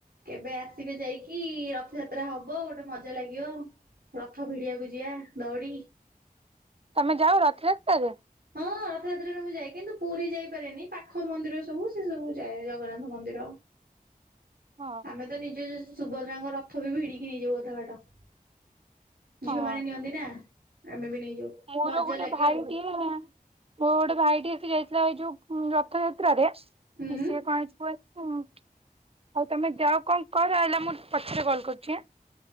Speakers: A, on the right; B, on the right.
A: କେବେ ଆସିବେ ଯାଇକି ରଥଯାତ୍ରା ହବ ଗୋଟେ ମଜା ଲାଗିବ। ରଥ ଭିଡିିବାକୁ ଯିବା ଦଉଡି।
B: ତମେ ଯାଅ ରଥ ଯାତ୍ରାରେ।
A: ହଁ ରଥଯାତ୍ରାରେ ମୁଁ ଯାଏ କିନ୍ତୁ ପୁରୀ ଯାଇପାରେନି ପାଖ ମନ୍ଦିର ସବୁ ସେ ସବୁ ଯାଏ ଜଗନ୍ନାଥ ମନ୍ଦିର।
B: ହଁ।
A: ଆମେ ତ ନିଜେ ସୁଭଦ୍ରାଙ୍କ ରଥ ବି ଭିଡିକି ନେଇଯାଉ ଅଧା ବାଟ। ଝିଅ
B: ହଁ।
A: ମାନ ନିଅନ୍ତି ନା ଆମେ ବି ନେଇଯାଉ।
B: ମୋର
A: ମଜା
B: ଗୋଟେ
A: ଲାଗେ
B: ଭାଇଟିଏ
A: ଆଉ
B: ମୋ ଗୋଟେ ଭାଇଟିଏ ସେ ଯାଇ ଇଥିଲା ଏଇ ଯୋଉ ରଥଯାତ୍ରାରେ ସିଏ
A: ହୁଁ
B: କଣ ହେଇଛି କୁହନି। ହ ଆଉ ତୁମେ ଯାଅ କଣ କର ହେଲା ମୁଁ ପଛରେ କଲ୍ କରୁଛି ଆଁ।